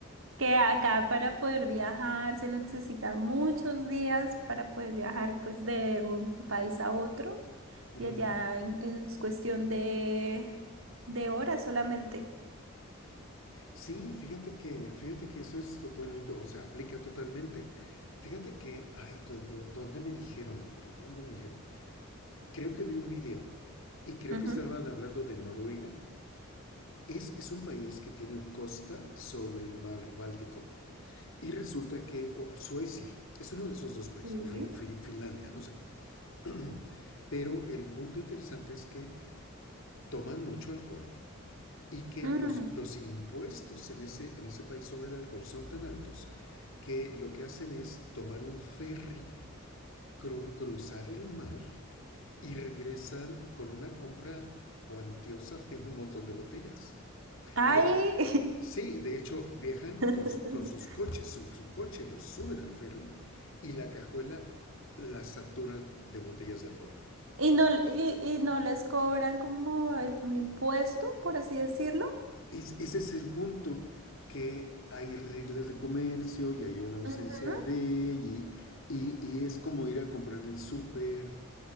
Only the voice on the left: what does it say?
Ujú.
Sí, fíjate que, fíjate que eso es totalmente, o sea, aplica totalmente. Fíjate que, ay, ¿de de- dónde me dijeron? ¿De dónde me dijeron? Creo que vi un video y creo
que estaban hablando de Noruega. Es, es un país que tiene costa sobre el mar Báltico. Y resulta que o Suecia es uno de esos dos países,
o, Fi- o Fi- Finlandia, no sé. <clears throat> Pero el punto interesante es que toman mucho alcohol y que
los, los impuestos en ese, en ese país sobre el alcohol son tan altos que lo que hacen es tomar un ferry, cru- cruzar el mar y regresan con una compra cuantiosa de un montón de botellas.
Lo- sí, de hecho viajan
con, su- con sus coches, su, su coche los suben al ferry y la cajuela la saturan de botellas de alcohol.
Es, ese es el punto, que hay reglas de comercio y hay una ausencia
de... Y, y, y es como ir a comprar el súper